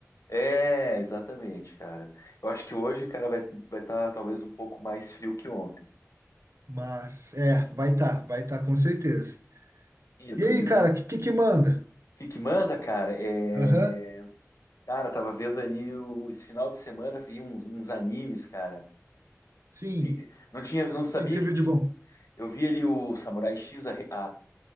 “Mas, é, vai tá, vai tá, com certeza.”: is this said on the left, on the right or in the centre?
Right